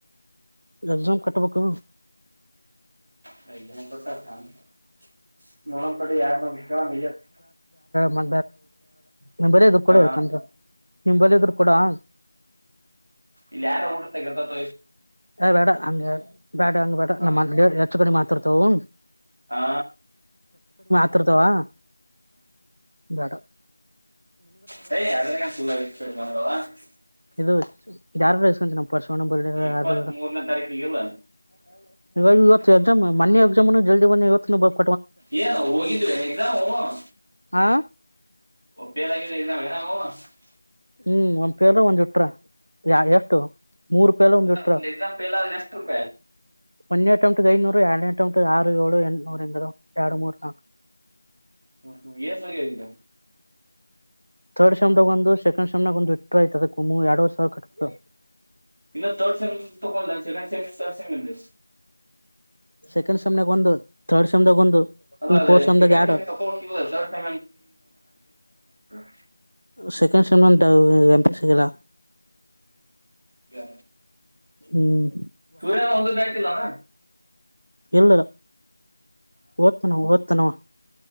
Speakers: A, on the right (about 75°); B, on the right (about 55°).
A: ಎಕ್ಸಾಮ್ ಕಟ್ಟಬೇಕಕ
B: <unintelligible> ನೋಡಂಥಡಿ ಯಾರ್ನ್ರ ಕೇಳನ ಇಯತ್ತ್
A: ಬ ನಿಂಬಳ ಇದದು್ರ
B: ಹಾ
A: ಕಡಬೇಕಂದ್ರೆ ನಿಂಬಳ ಇದದು್ರ ಕೂಡ <unintelligible>
B: ಇಲ್ಲಿ ಯಾರು ಹೋಡ ತೆಗರ್ತತ
A: ಯ ಬೇಡ ಹಂಗ ಬೇಡ ಹಂಗ ಬೇಡ
B: ಹಾ
A: ನಮ್ಮ ಎಚ್ಚಕನಿ ಮಾತ್ರಾರ್ತಾವ
B: ಹಾ
A: ಹತ್ರದವಾ <unintelligible> ಡ
B: ಸ ಅದೇಕ ಪೂಲ ಇ ಬಂದ <unintelligible>
A: ಇದು ಯಾರು ನ ಪರ್ಸ ತ್ತ <unintelligible> <unintelligible>
B: ಇಪ್ಪತ್ತ್ ಮೂರನೇ ತಾರೀಕಿಗೆ ಇಲ್ಲ
A: ಮನ್ಯ ಎಾಮ ಜಲ್ದಂದವ <unintelligible>
B: ಏನ್ ಹೋಗಿದ್ವಿ ಹಗ ನಾ ಹ
A: ಆ
B: ಓ ಬೇದಾಗಿ ಜ ನ ಭ <unintelligible>
A: ಹ್ಮ್ ಒಂದ್ ಪೇರ್ ಒಂದ್ುಟ್ರ ಯ ಎಷ್ಟು ಮೂರ್ ಪೇಲ ಒಂದ್
B: ಅಲ್ಲ
A: ಇಟ್ರ
B: ಒಂದು್ ಎಕ್ಸಾಮ್ ಪಲ್ಲ ನೆಷ್ಟಪ
A: ಒಂದೇ ಅಟೌಂ್ಟಟ್ ಐದುನೂರು ಎರನೇ ಅಟೆಂಟ್ ಆರು ಏಳು ಎಂಟ್ನೂರುಂಗರು ಎರಡು ಮೂರ್ ನಾಕು
B: ಹ್ಮ್ಮ ಏನ್ ಸರಿ ಇಲ್ಲ
A: ಥರ್ಡ್ ಶೆಮ್ದಾಗ ಒಂದು ಸೆಕೆಂಡ್ ಶೆಮನಾಗ ಒಂದು ಇಟ್ಟ್ರ ಐತ ಅದ ಎರಡ್ವರ್ ಸಾವರ ಕಟ್ಟು
B: ಇನ್ನ ತರ್ಡ್ ಸೆಮ್ ತಗೊಂಡ ಸೆಕ್ಡ್ ಸ <unintelligible>
A: ಸೆಕೆಂಡ್ ಸಮ್ನೆ ಒಂದು ಥರ್ಡ್ ಸಮನೆ ಒಂದು
B: ಅಲ್ಲ
A: ಈ ಫೋರ್ತ್
B: ಅ
A: ಸೆಮ್ದಾಗ
B: ಸೆಕಂಡ್
A: ಎರಡು
B: ಟ ತ <unintelligible>
A: ಸೆಕೆಂಡ್ ಸೆಮ್ಂತ ಎಂಪೆ ಸಿಗಲ್ಲ
B: ಯ <unintelligible>
A: ಹ್ಮ್
B: ಸೂರ್ಯ ಒಂದು ಬ ಆತಿಲ್ಲಣ
A: ಹೇಳಳ್ಳಿಲ್ಲ ಓದ್ತನ ಓದ್ತನವ